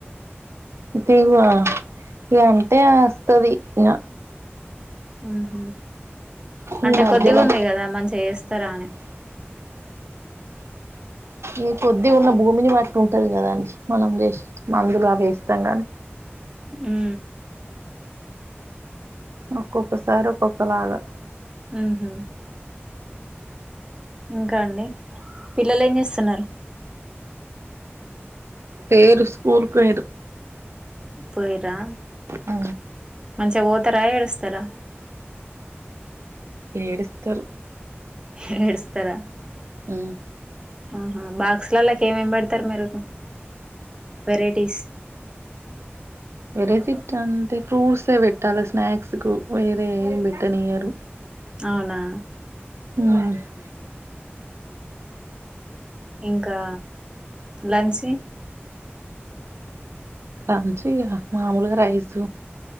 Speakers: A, on the right; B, on the right.
A: దిగు, ఇ అంతే వస్తుది. ఇక
B: ఉహ
A: ఈ
B: అంటే
A: మధ్యలో
B: కొద్దిఉంది కదా మంచిగా చేస్తారా అని
A: ఈ కొద్దిీ ఉన్న భూమిని బట్టి ఉంటది. కదా అండి మనం జస్ట్ మందులు అవి వేస్తాం. గాని
B: ఉ
A: ఒక్కక్క సారి ఒక్కొక లాగా
B: ఉహ ఇంకా అండి పిల్లలు ఏం చేస్తున్నారు
A: లేరు, స్కూల్ కు పోయిరు
B: పోయిర్రా
A: అ
B: మంచిగా పోతారా ఏడుస్తారా
A: ఏడుస్తారు
B: ఎడ్స్తస్తారా
A: ఆ
B: ఆహా, బాక్స్ లాలాకీ ఏమేం పే. మీరు వెరైటీస్
A: వెరైటీ అంటే ఫ్రూట్సే పెట్టాలి. స్నాక్స్ కు వేరే ఏం పెట్టనియ్యరు
B: అవునా
A: ఉ అవ
B: ఇంకా, లంచ్
A: లంచ్ ఇక మామూలుగా రైస్